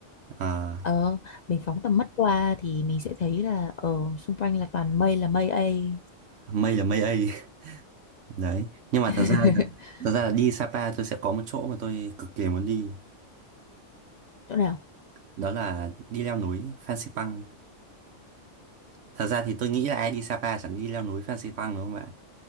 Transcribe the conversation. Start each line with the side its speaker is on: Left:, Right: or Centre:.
Right: Ờ,
Left: ờ mình phóng tầm mắt qua thì mình sẽ thấy là ờ xung quanh là toàn mây là mây ấy
Right: mây là mây ấy. <laughs> Đấy. Nhưng mà
Left: <laughs>
Right: thật ra là, thật ra là đi Sapa tôi sẽ có một chỗ mà tôi cực kỳ muốn đi.
Left: chỗ nào
Right: Đó là đi leo núi Phan Xipang. Thật ra thì tôi nghĩ là ai đi Sapa chẳng đi leo núi Phan Xipang đúng không bạn?